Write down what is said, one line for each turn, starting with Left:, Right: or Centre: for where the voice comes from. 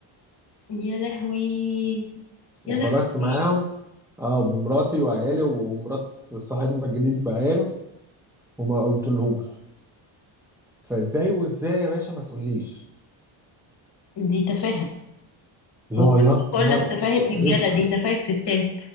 Left: يا لهوي
Centre: وخرجت
Left: يا لهوي
Centre: معاهم اه بمراتي وعيالي ومرات صاحبنا الجديد بعياله وما قلتلهوش فازاي وازاي يا باشا ما تقوليش
Left: دي تفاهة
Centre: اللي
Left: هو
Centre: هو يا
Left: بقول
Centre: نهار
Left: لك تفاهة
Centre: اس
Left: رجالة دي تفاهة ستات